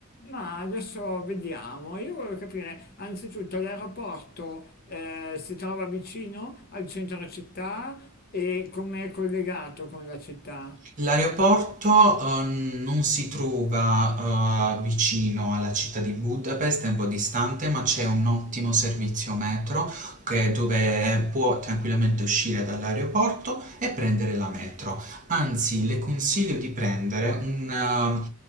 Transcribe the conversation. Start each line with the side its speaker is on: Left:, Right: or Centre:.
Left: Ma adesso vediamo, io volevo capire, anzitutto l'aeroporto eh, si trova vicino al centro città e come è collegato con la città?
Right: L'aeroporto, ehm, non si trova, eh, vicino alla città di Budapest, è un po' distante, ma c'è un ottimo servizio metro che- dove può tranquillamente uscire dall'aeroporto e prendere la metro. Anzi, le consiglio di prendere un,